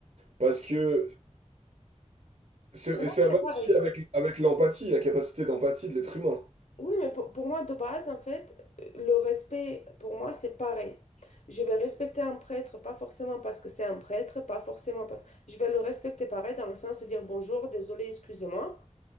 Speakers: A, on the right; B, on the left.
A: Parce que c'est,
B: pour moi,
A: et ça
B: c'est
A: va
B: pareil.
A: aussi avec, avec l'empathie, la capacité d'empathie de l'être humain.
B: Oui, mais pour, pour moi, de base, en fait, le respect, pour moi, c'est pareil. Je vais respecter un prêtre, pas forcément parce que c'est un prêtre, pas forcément parce que... Je vais le respecter pareil, dans le sens de dire bonjour, désolé, excusez-moi,